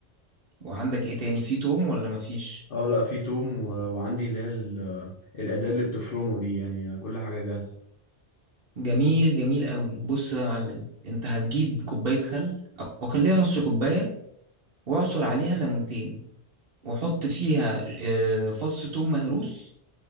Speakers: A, on the right; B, on the left.
A: وعندك ايه تاني في توم ولا مفيش
B: اه لا في توم و- وعندي اللي هي ال- الاداه اللي بتفرمه دي يعني كل حاجه جاهزه
A: جميل جميل قوي بص بقى يا معلم انت هتجيب كوباية خل او خليها نص كوباية واعصر عليها ليمونتين واحط فيها آه، فص توم مهروس